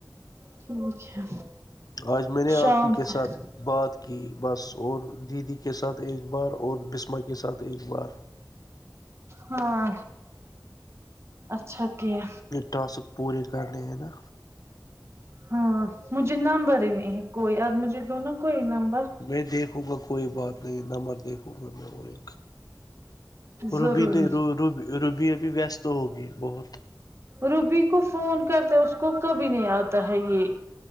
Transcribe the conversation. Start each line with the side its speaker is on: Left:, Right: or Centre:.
Right: ٹھیک ہے
Left: آج میں نے
Right: شام
Left: آپ ہی کے
Right: تک
Left: ساتھ بات کہ بس اور دیدی کے ساتھ ایک بار اور بسمہ کے ساتھ ایک بار
Right: ہاں اچھا کیا
Left: ٹاسک پورے کرنے ہیں نا
Right: ہاں مجھے نمبر ہی نہیں ہے کوئی اب مجھے دو نا کوئی نمبر
Left: میں دیکھوں گا کوئی بات نہیں نمبر دیکھوں گا میں اور ایک
Right: ضروری
Left: روبی نے رو رو روبی ابھی ویست ہوگی بہت
Right: روبی کو فون کرتا اس کو کبھی نہیں آتا ہے یہ